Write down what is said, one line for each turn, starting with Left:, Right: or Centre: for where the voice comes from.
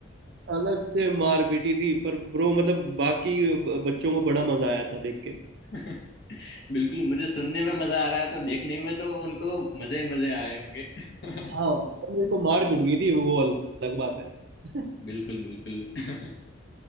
Right: अलग से मार पीटी थी पर ब्रो मतलब बाकी ब- बच्चों को बड़ा मजा आया था देख के
Left: <laughs> बिल्कुल मुझे सुनने में मजा आ रहा है तो देखने में तो उनको मजे मजे आए होंगे <laughs>
Right: हाँ पर मेरे को मार पीट गई थी वो अल- अलग बात है <laughs>
Left: बिल्कुल बिल्कुल <laughs>